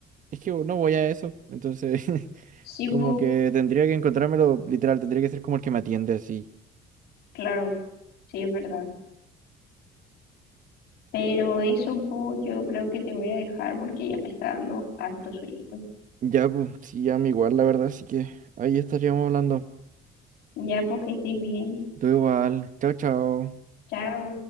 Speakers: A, on the right; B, on the left.
A: es que no voy a eso, entonces <laughs>
B: sí,
A: como
B: pues,
A: que tendría que encontrármelo, literal, tendría que ser como el que me atiende así.
B: claro, sí, es verdad. Pero eso, pues, yo creo que te voy a dejar porque ya me está dando harto sueñito.
A: Ya, pues, sí, ya me igual, la verdad, así que ahí estaríamos hablando.
B: Ya, porque estés bien.
A: Tú igual. Chao, chao.
B: Chao.